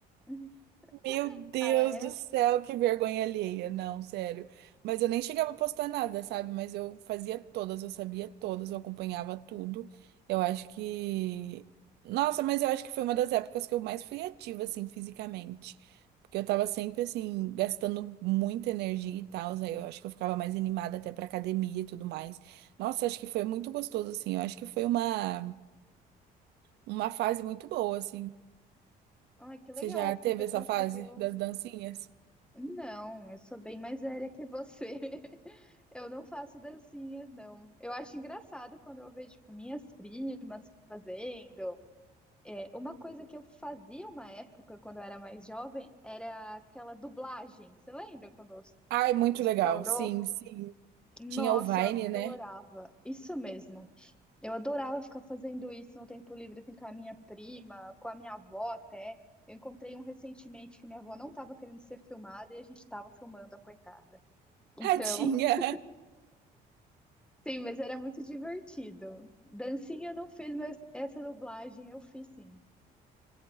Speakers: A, in the centre; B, on the right (about 80°).
A: <laughs>
B: Meu Deus
A: Ah, é?
B: do céu, que vergonha alheia. Não, sério. Mas eu nem chegava a postar nada, sabe? Mas eu fazia todas, eu sabia todas, eu acompanhava tudo. Eu acho que. Nossa, mas eu acho que foi uma das épocas que eu mais fui ativa, assim, fisicamente. Porque eu tava sempre, assim, gastando muita energia e tal. Aí eu acho que eu ficava mais animada até pra academia e tudo mais. Nossa, acho que foi muito gostoso, assim. Eu acho que foi uma, uma fase muito boa, assim.
A: Ai, que
B: Você
A: legal
B: já teve
A: que você
B: essa
A: conseguiu.
B: fase das dancinhas?
A: Não, eu sou bem mais velha que você. <laughs> Eu não faço dancinhas, não. Eu acho engraçado quando eu vejo, tipo, minhas primas fazendo. É, uma coisa que eu fazia uma época, quando eu era mais jovem, era aquela dublagem. Você lembra quando
B: Ai, muito
A: estourou?
B: legal. Sim, sim.
A: Nossa,
B: Tinha o Vine,
A: eu adorava.
B: né? <laughs>
A: Isso mesmo. Eu adorava ficar fazendo isso no tempo livre, assim, com a minha prima, com a minha avó até. Eu encontrei um recentemente que minha avó não estava querendo ser filmada e a gente estava filmando a coitada. Então,
B: Ah, tinha.
A: <laughs> sim, mas era muito divertido. Dancinha eu não fiz, mas essa dublagem eu fiz sim.